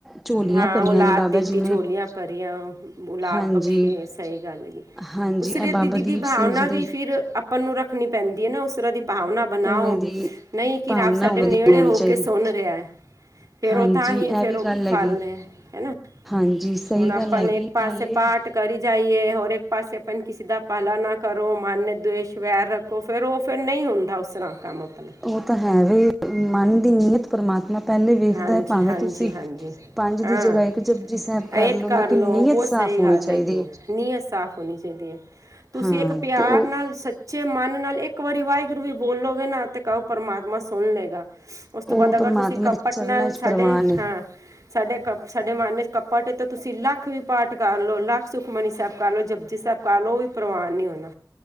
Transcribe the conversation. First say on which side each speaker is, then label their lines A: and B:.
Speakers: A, in the centre; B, on the right.
A: ਝੋਲੀਆਂ
B: ਹਾਂ
A: ਭਰੀਆਂ
B: ਔਲਾਦ
A: ਨੇ ਬਾਬਾ
B: ਦਿੱਤੀ
A: ਜੀ ਨੇ
B: ਚੋਲੀਆਂ ਭਰੀਆਂ। ਔਲਾਦ
A: ਹਾਂਜੀ
B: ਬਖਸ਼ੀ ਹੈ ਸਹੀ ਗੱਲ ਜੀ।
A: ਹਾਂਜੀ
B: ਉਸਰੀ
A: ਇਹ ਬਾਬਾ
B: ਦੀ ਦੀਦੀ
A: ਦੀਪ
B: ਭਾਵਨਾ
A: ਸਿੰਘ ਜੀ ਦੀ
B: ਵੀ ਫਿਰ ਆਪਾਂ ਨੂੰ ਰੱਖਣੀ ਪੈਂਦੀ ਹੈ ਨਾ ਉਸ ਤਰ੍ਹਾਂ ਦੀ ਭਾਵਨਾ ਬਣਾਓ,
A: ਉਵੇਂ ਦੀ
B: ਨਹੀਂ ਕਿ
A: ਭਾਵਨਾ
B: ਰੱਬ ਸਾਡੇ
A: ਉਵੇਂ
B: ਨੇੜੇ
A: ਦੀ ਹੋਣੀ
B: ਹੋ
A: ਚਾਹੀਦੀ
B: ਕੇ ਸੁਣ ਰਿਹਾ ਹੈ। ਫਿਰ
A: ਹਾਂਜੀ
B: ਉਹ ਤਾਂ ਹੀਂ
A: ਇਹ
B: ਫਿਰ
A: ਵੀ
B: ਉਹ
A: ਗੱਲ ਹੈਗੀ
B: ਫਲ ਹੈ ਹੈ ਨਾ
A: ਹਾਂਜੀ ਸਹੀ
B: ਹੁਣ ਆਪਾਂ
A: ਗੱਲ ਹੈਗੀ
B: ਨੇ ਇੱਕ ਪਾਸੇ
A: ਨਾਲੇ
B: ਪਾਠ ਕਰੀ ਜਾਈਏ ਔਰ ਇੱਕ ਪਾਸ ਆਪ ਕਿਸੀ ਦਾ ਭਲਾ ਨਾ ਕਰੋ ਮਾਨਯ ਦਵੇਸ਼ ਵੈਰ ਰੱਖੋ। ਰੱਖੋ ਫਿਰ ਉਹ ਫਿਰ ਨਹੀਂ ਹੁੰਦਾ ਉਸ ਤਰ੍ਹਾਂ ਕੰਮ ਆਪਣਾ।
A: ਉਹ ਤਾਂ ਹੈ ਵੀ ਮਨ ਦੀ ਨੀਅਤ ਪਰਮਾਤਮਾ ਪਹਿਲੇ ਵੇਖਦਾ
B: ਹਾਂਜੀ
A: ਹੈ ਭਾਵੇਂ
B: ਹਾਂਜੀ
A: ਤੁਸੀਂ,
B: ਹਾਂਜੀ
A: ਪੰਜ
B: ਹਾਂ
A: ਦੀ ਜਗ੍ਹਾ ਇੱਕ ਜਪਜੀ ਸਾਹਿਬ ਕਰ
B: ਇੱਕ
A: ਲਓ ਲੇਕਿਨ ਨੀਅਤ
B: ਬਹੁਤ
A: ਸਾਫ਼
B: ਸਹੀ
A: ਹੋਣੀ
B: ਗੱਲ
A: ਚਾਹੀਦੀ।
B: ਨੀਅਤ
A: ਹੈ
B: ਸਾਫ਼ ਹੋਣੀ ਚਾਹੀਦੀ ਹੈ। ਤੁਸੀਂ
A: ਹਾਂ
B: ਇੱਕ ਪਿਆਰ
A: ਤੇ ਉਹ
B: ਨਾਲ ਸ ਸੱਚੇ ਮਨ ਨਾਲ ਇੱਕ ਵਾਰੀ ਵਾਹਿਗੁਰੂ ਵੀ ਬੋਲੋਗੇ ਨਾ ਤੇ ਕਹੋ ਪਰਮਾਤਮਾ ਸੁਣ ਲਏਗਾ ਉਸ ਤੋਂ
A: ਉਹ
B: ਬਾਅਦ ਅਗਰ
A: ਪਰਮਾਤਮਾ
B: ਤੁਸੀਂ ਕੱਪਟ
A: ਦੇ ਚਰਨਾਂ
B: ਨਾਲ
A: ਵਿੱਚ
B: ਸਾਡੇ
A: ਪ੍ਰਵਾਨ ਨੇ
B: ਹਾਂ ਸਾਡੇ ਕਪ ਸਾਡੇ ਮਨ 'ਚ ਕੱਪਟ ਤੋਂ ਤੁਸੀਂ ਲੱਖ ਵੀ ਪਾਠ ਕਰ ਲਓ, ਲੱਖ ਸੁਖਮਨੀ ਸਾਹਿਬ ਕਰ ਲਓ, ਜਪਜੀ ਸਾਹਿਬ ਕਰ ਲਓ ਉਹ ਵੀ ਪ੍ਰਵਾਨ ਨੀ ਹੋਣਾ।